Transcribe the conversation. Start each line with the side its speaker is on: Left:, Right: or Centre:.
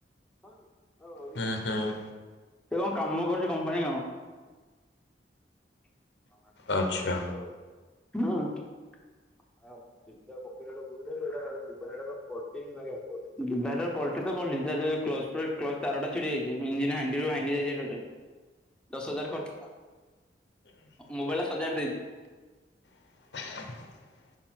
Centre: <unintelligible>
Left: ହୁଁ ହୁଁ
Centre: ସେ କଣ କାମ କରୁଛି କମ୍ପାନୀ କାମ। <unintelligible>
Left: ଆଚ୍ଛା।
Centre: ହଁ। <inaudible> କ୍ଲଚ୍ ତାର ଟା ଛିଡିଯାଇଛି। <inaudible> ମୋବାଇଲ ଟା ସଜାଡି ଦେଇଛି।
Left: <unintelligible>